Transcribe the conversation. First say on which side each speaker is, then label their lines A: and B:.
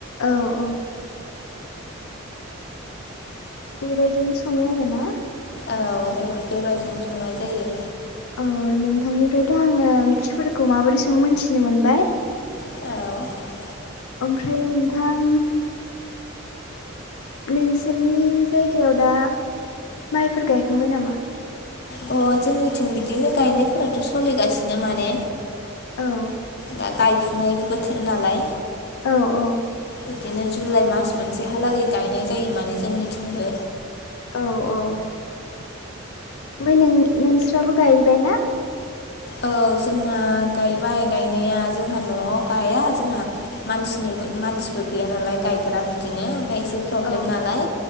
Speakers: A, on the left; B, on the left.
A: औ औ। बेबायदिनो सङो आरो ना?
B: औ बे-बेबायदिनो संनाय जायो।
A: औ नोंथांनिफ्रायथ' आङो ओंख्रिफोरखौ माबोरै सङो मोनथिनो मोनबाय।
B: औ।
A: ओमफ्राय नोंथां नोंसोरनि जायगायाव दा माइफोर गायखांबाय नामा?
B: अ जोंनिथिं बिदिनो गायनायफोराथ' सोलिगासिनो माने
A: औ।
B: दा गायफुनाय बोथोर नालाय।
A: औ औ
B: बिदिनो जुलाइ मास मोनसेहालागै गायनाय जायो माने जोंनिथिंबो
A: औ औ ओमफाय नों नोंस्राबो गायबाय ना?
B: औ जोंना गायबाय गायनाया जोंहा न'आव गाया जोंहा मानसिनिबो मानसिबो गैया नालाय गायग्रा बिदिनो ओमफाय एसे प्रब्लेम
A: औ
B: नालाय